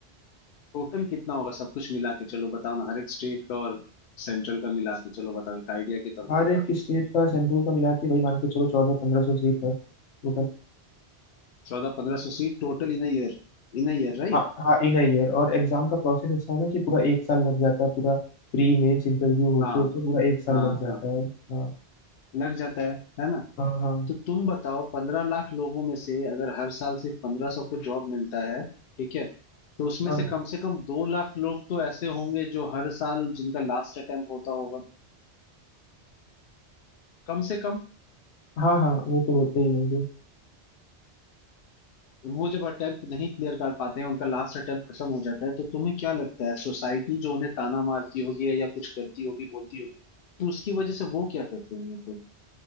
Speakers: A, on the left; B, on the left.
A: टोटल कितना होगा सब कुछ मिला के चलो बताओ ना हर एक स्टेट का और सेंट्रल का मिला के चलो बताओ एक आइडिया के तौर पे
B: हर
A: बताओ
B: एक स्टेट का सेंट्रल का मिला के वही मान के चलो चौदह पंद्रह सौ सीट है टोटल
A: चौदह पंद्रह सौ seat total in year in year right
B: हाँ हाँ इन अ ईयर और एग्जाम का प्रोसेस ऐसा है ना कि पूरा एक साल लग जाता है पूरा प्री मेंस इंटरव्यू होते
A: हाँ
B: होते पूरा एक साल
A: हाँ
B: लग जाता
A: हाँ
B: है हाँ
A: लग जाता है है ना
B: हाँ हाँ
A: तो तुम बताओ पंद्रह लाख लोगों में से अगर हर साल सिर्फ पंद्रह सौ को जॉब मिलता है ठीक है तो उसमें
B: और
A: से कम से कम दो लाख लोग तो ऐसे होंगे जो हर साल जिनका लास्ट अटेम्प्ट होता होगा कम से कम
B: हाँ हाँ वो तो होते ही होंगे
A: वो जब अटेम्प्ट नहीं क्लियर कर पाते हैं उनका लास्ट अटेम्प्ट खत्म हो जाता है तो तुम्हें क्या लगता है सोसाइटी जो उन्हें ताना मारती होगी या कुछ करती होगी बोलती होगी तो उसकी वजह से वो क्या करते होंगे फिर